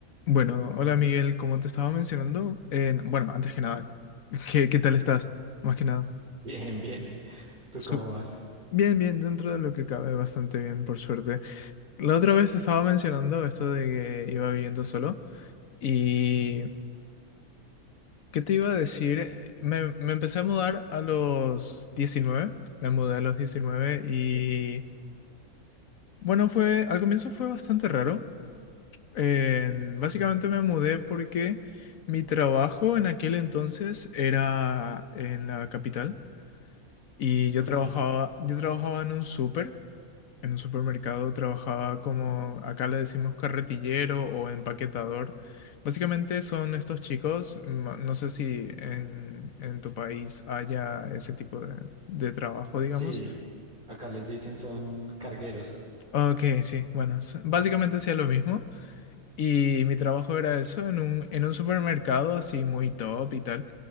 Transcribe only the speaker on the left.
Bueno, hola Miguel, como te estaba mencionando, eh, bueno, antes que nada, <laughs> ¿qué, qué tal estás? Más que nada.
Su-
bien, bien, dentro de lo que cabe, bastante bien, por suerte. La otra vez estaba mencionando esto de que iba viviendo solo y ¿qué te iba a decir? Me, me empecé a mudar a los 19. me mudé a los 19 y bueno, fue, al comienzo fue bastante raro. Eh, básicamente me mudé porque mi trabajo en aquel entonces era en la capital y yo
trabajaba, yo trabajaba en un súper, en un supermercado, trabajaba como acá le decimos carretillero o empaquetador. Básicamente son estos chicos, mm, no sé si en, en tu país haya ese tipo de, de trabajo, digamos.
Ok, sí, bueno, s- básicamente hacía lo mismo. Y mi trabajo era eso, en un, en un supermercado así muy top y tal.